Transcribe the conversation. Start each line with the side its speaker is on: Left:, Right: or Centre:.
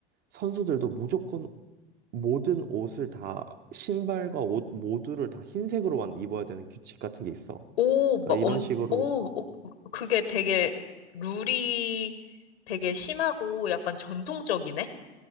Right: 선수들도 무조건 모든 옷을 다 신발과 옷 모두를 다 흰색으로만 입어야 되는 규칙 같은 게 있어.
Left: 오, 막,
Right: 그러니까 이런
Left: 엄,
Right: 식으로
Left: 오, 어, 그게 되게 룰이 되게 심하고 약간 전통적이네?